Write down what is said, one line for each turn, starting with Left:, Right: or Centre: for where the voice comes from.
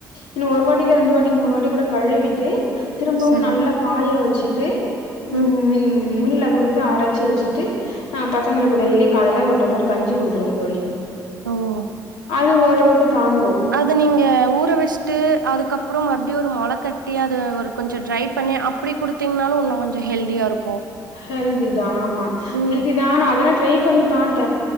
Left: இன்னும் ஒரு வாட்டில ரெண்டு வாட்டி மூணு வாட்டி கூட கழுவிட்டு. திரும்பவும்
Right: சரி
Left: நல்லா ய வச்சுட்டு ம்ம்ம்ம்....
Right: ம்
Left: மில்லுல குடுத்து அரச்சி வச்சுட்டு அ பசங்களுக்கு டெய்லி காலையல ஒரு டம்ளர் கஞ்சி குடுத்துருவே தோழி
Right: ஓஓஓ
Left: அது ஓரளவுக்கு தாங்கு
Right: அத நீங்க ஊற வெஷ்ட்டு அதுக்கப் அப்புறம் மறுபடியம் ஒரு மொல கட்டி அத ஒரு கொஞ்ச ட்ரை பண்ணி அப்படி குடுத்தீங்கனாலும் இன்னும் கொஞ்சம் ஹெல்தியா இருக்கும்.
Left: ஹெல்திதா. ஆமா
Right: ம்
Left: ஹெல்திதா நா அதல்ல ட்ரை பண்ணி பாத்த